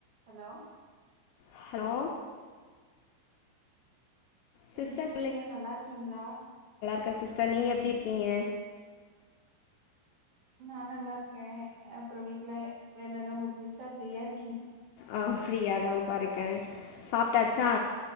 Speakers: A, on the right; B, on the left.
A: hello
B: hello sister
A: எப்டி இருக்கீங்க நல்லா இருக்கீங்களா
B: க்கே சிஸ்டர் நீங்க எப்டி இருக்கீங்க
A: நான் நல்ல இருக்கேன் அப்றோ வீட்ல வேலை எல்லா முடிஞ்சு சப்பியர்
B: ஆ ஃப்ரீயா தான்பா இருக்கேன் சாப்டாச்சா